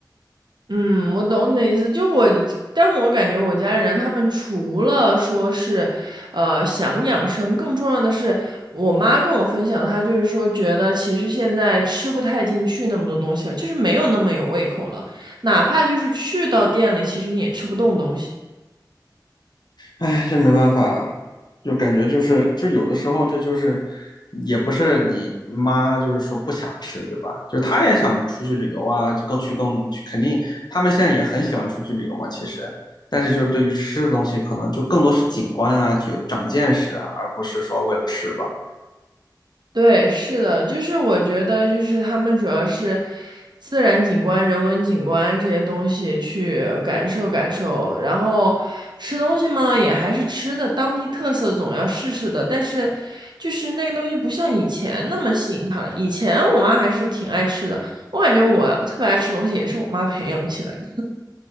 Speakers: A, on the right (about 70°); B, on the left (about 65°).
A: 嗯，我懂你的意思，就我，但我感觉我家人他们除了说是，呃，想养生，更重要的是，我妈跟我分享的，她就是说觉得其实现在吃不太进去那么多东西了，就是没有那么有胃口了，哪怕就是去到店里，其实你也吃不动东西。
B: 哎，这没办法，就感觉就是，就有的时候这就是，也不是你妈就是说不想吃，对吧？就她也想出去旅游啊，更去更去，肯定他们现在也很喜欢出去旅游嘛，其实，但是就是对于吃的东西，可能就更多是景观啊，有长见识啊，而不是说为了吃吧。
A: 对，是的，就是我觉得，就是他们主要是自然景观、人文景观这些东西去感受感受，然后吃东西嘛，也还是吃的当地特色，总要试试的。但是，就是那个东西不像以前那么吸引他了。以前我妈还是挺爱吃的，我感觉我特别爱吃东西也是我妈培养起来的